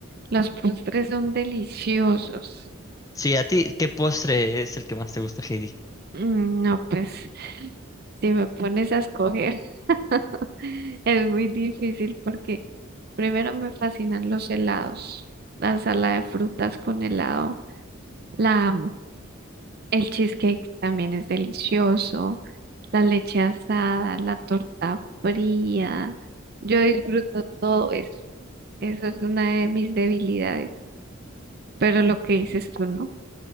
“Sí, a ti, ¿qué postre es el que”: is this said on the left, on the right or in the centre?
Left